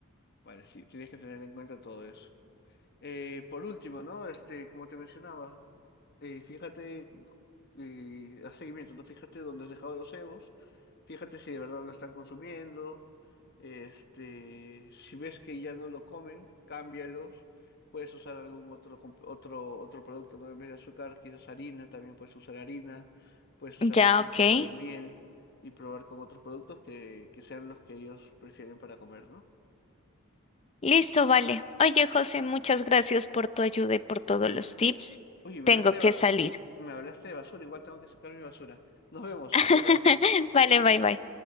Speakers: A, on the left (about 50°); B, on the left (about 30°).
A: vale, sí, tienes que tener en cuenta todo eso. Eh, por último, ¿no? Este, como te mencionaba, eh, fíjate, eh, haz seguimiento, ¿no? Fíjate dónde has dejado los cebos, fíjate si de verdad lo están consumiendo, este, si ves que ya no lo comen, cámbialos, puedes usar algún otro, comp- otro, otro producto, ¿no? En vez de azúcar, quizás harina, también puedes usar harina, puedes usar
B: Ya,
A: un
B: ok.
A: poco de miel y probar con otros productos que, que sean los que ellos prefieren para comer, ¿no?
B: Listo, vale. Oye, José, muchas gracias por tu ayuda y por todos
A: Oye,
B: los tips.
A: Oye, me
B: Tengo
A: hablaste de
B: que
A: basura.
B: salir.
A: Me hablaste de basura, igual tengo que sacar mi basura. Nos vemos.
B: <laughs>
A: Bye bye.
B: Vale, bye bye.